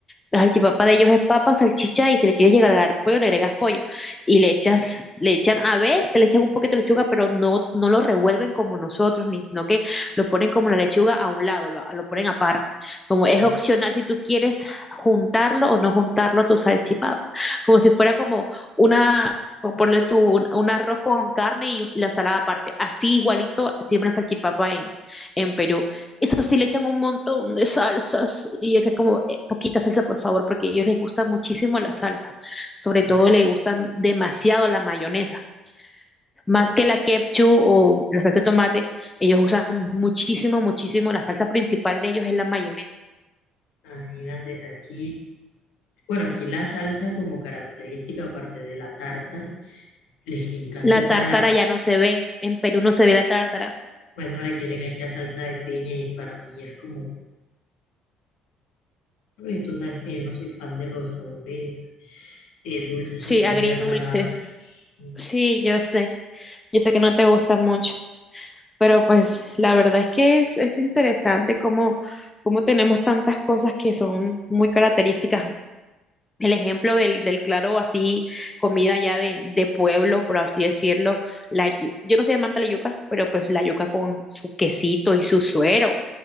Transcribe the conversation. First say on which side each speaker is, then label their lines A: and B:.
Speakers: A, on the left (about 15°); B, on the left (about 80°).
A: La salchipapa de ellos es papa, salchicha y si le quieres llegar a agregar pollo, le agregas pollo. Y le echas, le echan, a veces le echan un poquito de lechuga, pero no, no lo revuelven como nosotros, ni sino que lo ponen como la lechuga a un lado, lo, lo ponen aparte. Como es
B: Ah,
A: opcional si tú quieres juntarlo o no juntarlo a tu salchipapa. Como si fuera como una, como ponle tú un, un arroz con carne y la ensalada aparte. Así igualito sirve una salchipapa en, en Perú. Eso sí le echan un montón de salsas y es que es como, poquita salsa, por favor, porque a ellos les gusta muchísimo la salsa. Sobre
B: mae,
A: todo les gustan demasiado la mayonesa. Más que la ketchup o la salsa de tomate, ellos usan muchísimo, muchísimo. La salsa principal de ellos es la mayonesa.
B: Imagínate aquí, bueno, aquí la salsa como característica aparte de la tártara, les encanta
A: La
B: echar,
A: tártara ya no se ve. En Perú no se ve la tártara.
B: bueno, le quieren echar salsa de piña y para mí es como... Oye, tú sabes que yo no soy fan de los sabores eh, dulces
A: Sí,
B: en comidas
A: agridulces.
B: saladas, mm,
A: Sí, yo sé. Yo sé que no te gusta mucho. Pero pues la verdad es que es, es interesante cómo, cómo tenemos tantas cosas que son muy características El ejemplo del, del claro, así, comida ya de, de pueblo, por así decirlo, la yu- yo no soy amante de la yuca, pero pues la yuca con su quesito y su suero,